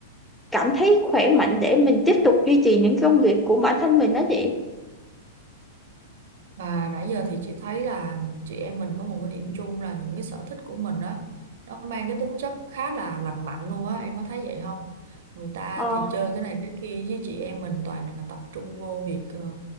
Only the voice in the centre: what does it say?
cảm thấy khỏe mạnh để mình tiếp tục duy trì những công việc của bản thân mình đó chị
Ờ,